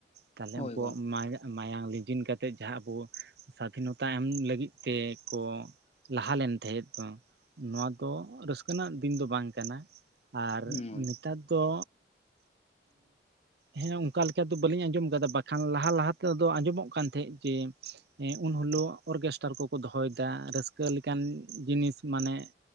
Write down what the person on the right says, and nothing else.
ᱛᱟᱦᱚᱞᱮ
ᱩᱱᱠᱩᱣᱟᱜ
ᱢᱟᱭᱟᱝ ᱞᱤᱡᱤᱱ ᱠᱟᱛ ᱛᱮᱫ ᱡᱟᱦᱟᱸ ᱟᱵᱚ ᱥᱟᱫᱷᱤᱱᱚᱛᱟ ᱮᱢ ᱞᱟᱹᱜᱤᱫ ᱛᱮ ᱠᱚ ᱞᱟᱦᱟ ᱞᱮᱱ ᱛᱟᱦᱮᱸᱫ ᱫᱚ ᱱᱚᱣᱟ ᱫᱚ ᱨᱟᱹᱥᱠᱟᱹ ᱨᱮᱱᱟᱜ ᱫᱤᱱ ᱫᱚ ᱵᱟᱝ ᱠᱟᱱᱟ᱾ ᱟᱨ
ᱱᱮᱛᱟᱨ ᱫᱚ ᱦᱮᱸ ᱚᱱᱠᱟ ᱞᱮᱠᱟ ᱵᱟᱹᱞᱤᱧ ᱟᱡᱚᱢ ᱠᱟᱫᱟ ᱵᱟᱠᱷᱟᱱ ᱞᱟᱦᱟ ᱞᱟᱦᱟ ᱛᱮᱫᱚ ᱟᱡᱚᱢᱚᱜ ᱠᱟᱱ ᱛᱟᱦᱮᱫ ᱡᱮ ᱦᱮᱸ ᱩᱱ ᱦᱤᱞᱳᱜ ᱚᱨᱜᱮᱥᱴᱟᱨ ᱠᱚᱠᱚ ᱫᱚᱦᱚᱭᱫᱟ ᱨᱟᱹᱥᱠᱟᱹ ᱞᱮᱠᱟᱱ ᱡᱤᱱᱤᱥ ᱢᱟᱱᱮ